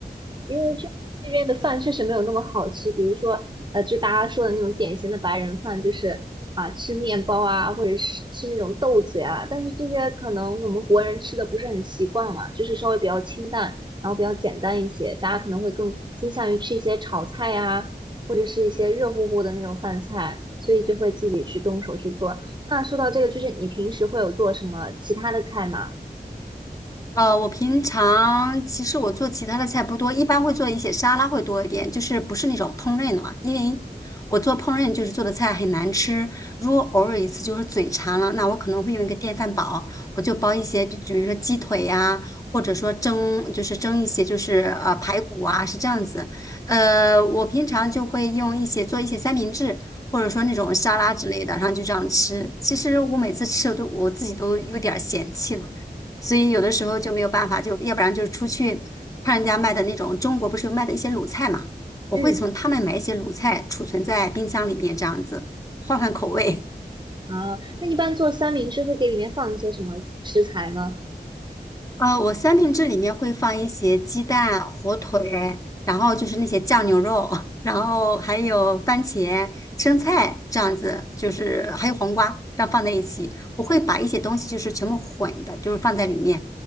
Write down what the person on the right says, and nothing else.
因为这这边的饭确实没有那么好吃，比如说，呃，就大家说的那种典型的白人饭，就是啊、吃面包啊，或者是吃那种豆子呀。但是这些可能我们国人吃的不是很习惯嘛，就是稍微比较清淡，然后比较简单一些，大家可能会更倾向于吃一些炒菜呀，或者是一些热乎乎的那种饭菜，所以就会自己去动手去做。那说到这个，就是你平时会有做什么其他的菜吗？
嗯，
啊，那一般做三明治会给里面放一些什么食材呢？